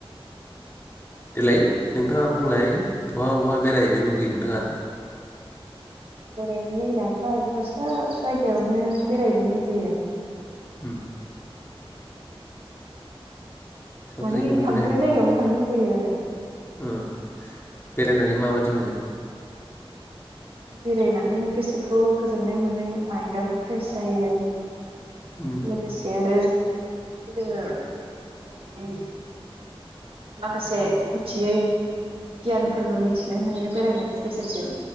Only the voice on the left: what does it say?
देलाय नोंथाङा बुंलाय बहा बहा बेरायहैनो लुुबैयो नोंथाङा।
अम सोब
जायगायावनो
बेरायनो
लुगैयो
ओ बेरायनानै माबादि मोनो।
उम